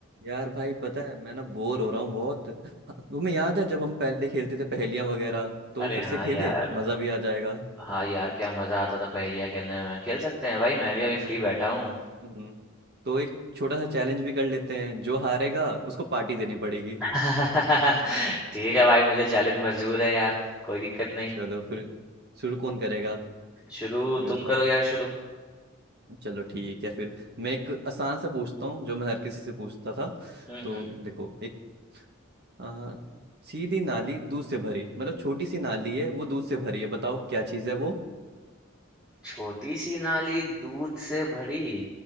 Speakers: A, on the right; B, in the centre.
A: यार भाई पता है मैं ना बोर हो रहा हूँ बहुत तुम्हें याद है जब हम पहले खेलते थे पहेलियां वगैरह तो
B: अरे
A: फिर
B: हाँ
A: से खेले
B: यार
A: मजा भी आ जाएगा
B: हाँ यार क्या मजा आता था पहेलियाँ खेलने में खेल सकते हैं भाई मैं भी अभी
A: हाँ
B: फ्री बैठा हूँ
A: हम्म। तो एक छोटा सा चैलेंज भी कर लेते हैं जो हारेगा उसको पार्टी देनी पड़ेगी
B: <laughs> ठीक है भाई मुझे
A: ठीक
B: चैलेंज
A: है
B: मंजूर है यार कोई दिक्कत नहीं
A: चलो फिर शुरू कौन करेगा
B: शुरू
A: ये
B: तुम
A: बताओ
B: करो यार शुरू
A: चलो ठीक है फिर मैं एक आसान से पूछता हूँ जो मैं हर किसी से पूछता था
B: हम्म
A: तो
B: हम्म।
A: देखो एक आ, सीधी नाली दूध से भरी मतलब छोटी सी नाली है वो दूध से भरी है बताओ क्या चीज़ है वो
B: छोटी सी नाली दूध से भरी